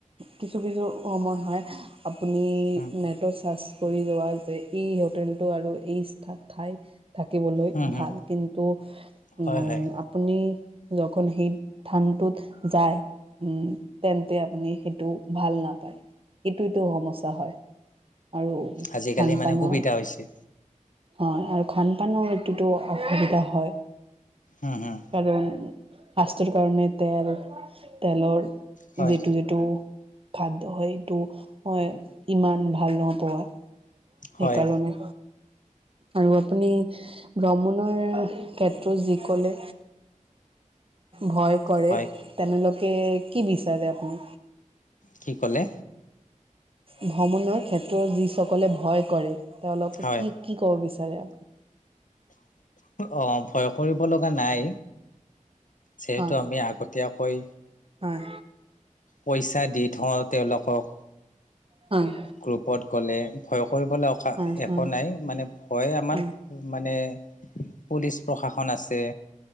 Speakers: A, on the right (about 45°); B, on the left (about 70°).
A: কিছু-কিছু সময় হয় আপুনি
B: উম উম হম
A: নেট চাৰ্চ কৰি যোৱা যে এই হোটেলটো আৰু এই অ, ঠাই থাকিবলৈ
B: হম উম
A: ভাল
B: হম
A: কিন্তু
B: হয়
A: উম,
B: হয়
A: আপুনি যখন সেই থানটোত যায় উম, তেন্তে আপুনি এইটো ভাল নাপায় এইটোটো সমস্যা হয়। আৰু খানপানৰ
B: আজিকালি মানে সুবিধা হৈছে
A: হয় আৰু খান পানৰ এইটোতো অসুবিধা হয়।
B: উম, উম,
A: কাৰণ শাস্ৰৰ কাৰণে তেল তেলৰ
B: হয়
A: যিটো-যিটো হয় সেইটো হয় ইমান ভাল নপোৱা সেইকাৰণে।
B: হয়
A: আৰু আপুনি ভ্ৰমণৰ ক্ষেত্ৰত যি কলে, ভয় কৰে
B: হয়
A: তেনেলোকে কি বিচাৰে আপুনি?
B: কি ক'লে?
A: ভ্ৰমণৰ ক্ষেত্ৰত যিসকলে ভয় কৰে তেওঁলোকে
B: হয়
A: কি কি ক'ব বিচাৰে?
B: অ, ভয় কৰিব লগা নাই যিহেতু
A: হয়
B: আমি আগতে তেতিয়াকৈ
A: হয়
B: পইচা দি থওঁ তেওঁলোকক।
A: হয়
B: গ্ৰুপত গ'লে ভয় কৰিবলৈ অ,
A: হয়
B: একো
A: হয়
B: নাই। মানে ভয় আমাৰ
A: হয়
B: মানে পুলিচ প্ৰশাসন আছে